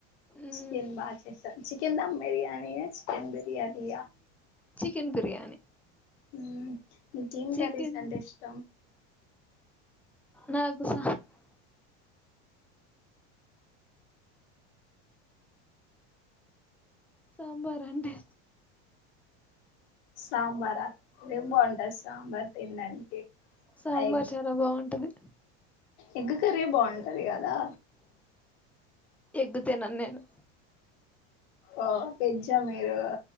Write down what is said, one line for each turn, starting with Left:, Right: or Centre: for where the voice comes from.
Centre: మ్మ్
Left: చికెన్ బాగా చేస్తా చికెన్ దమ్ బిర్యానీయా చికెన్ బిర్యానీయా?
Centre: కెన్ బిర్యానీ
Left: హూమ్ నీకేం
Centre: చికెన్
Left: కర్రీస్ అంటే ఇష్టం.
Centre: నాకు స సాంబార్ అంటే
Left: సాంబారా అదేం బావుంటది సాంబార్ తినడానికి
Centre: సాంబార్
Left: ఆ ఎగ్
Centre: చాలా బాగుంటది
Left: ఎగ్గు కర్రీ బాగుంటది గదా.
Centre: ఎగ్ తినను నేను
Left: ఓ వెజ్జా మీరు?